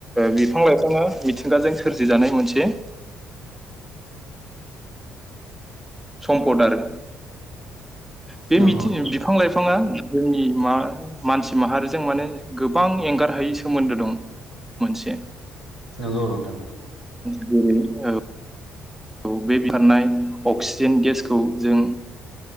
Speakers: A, in the centre; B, on the left.
A: बिफां लाइफाङा मिथिंगाजों सोरजिजानाय मोनसे सम्पद आरो बे
B: नंगौ
A: मिथि
B: नोंथां
A: बिफां लाइफाङा जोंनि मा मानसि माहारिजों माने गोबां एंगार हायै सोमोन्दो दं मोनसे
B: नंगौ नोंथां
A: ै औ औ बे बोखारनाय अक्सिजेन गेसखौ जों